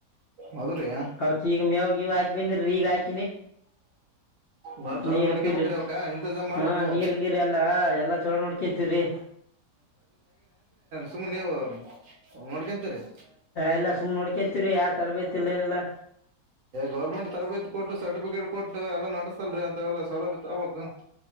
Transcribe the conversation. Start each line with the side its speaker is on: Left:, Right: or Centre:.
Right: ಹೌದ್ರಿ
Left: ಅವ ಚ ಈಗ ಮೇವಗೆ ಇವ ಹಾಕಿ ಬಿಂದ್ರ ಈಗ ಆಾಕ
Right: ಬಾಳ ಚಲೋ
Left: ನೀರುಪರು
Right: ನೋಡ್ಕೇಬೇಕ್ರಿ ಅವಕ ಇಂತಜಾಮ್ ಮಾಡ್ಬೇಕು
Left: ಹಾ ನೀರ್ ಗೀರ್ ಎಲ್ಲ ಎಲ್ಲಾ ಚಲೋ ನೋಡ್ಕಂತೀವ್ರಿ
Right: ಸುಮ್ಮ ನೀವು ನೋಡ್ಕಂತರಿೀ
Left: ಎಲ್ಲಾ ಸುಮ್ ನೋಡ್ಕೊಂತೀವ್ರಿ ಯಾವ ತರಬೇತಿ ಇಲ್ಲ ಏನಿಲ್ಲ
Right: ಗೌರ್ಮೆಂಟ್ ತರಬೇತಿ ಕೊಟ್ಟು ಸರ್ಟಿಫಿಕೇಟ್ ಕೊಟ್ಟು ಎಲ್ಲ ನಸ್ತಲ್ರರಿ ಅಂತ ಎಲ್ಲ ಸೌಲಭ ತಬಬೇಕಕ್